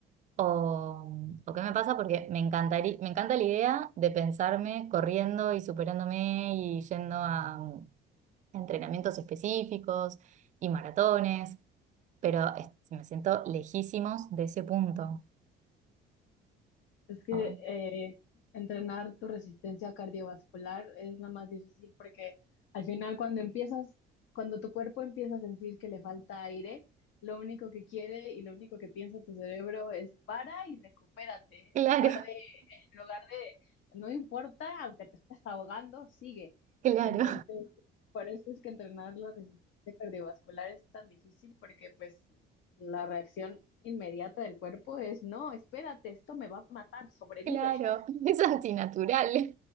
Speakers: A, on the right; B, on the left.
A: o, o qué me pasa porque me encantaría, me encanta la idea de pensarme corriendo y superándome y yendo a mm, entrenamientos específicos y maratones, pero es- me siento lejísimos de ese punto.
B: Es que
A: Oh,
B: eh, entrenar tu resistencia cardiovascular es la más difícil porque al final cuando empiezas, cuando tu cuerpo empieza a sentir que le falta aire, lo único que quiere y lo único que piensa tu cerebro es para y recupérate,
A: Claro,
B: en lugar de, en lugar de, no importa, aunque te estés ahogando, sigue.
A: <laughs> claro.
B: Entonces, por eso es que entrenar la resistencia cardiovascular es tan difícil porque pues la reacción inmediata del cuerpo es, no, espérate, esto me va a matar, sobrevive.
A: Claro,
B: <laughs>
A: es antinatural.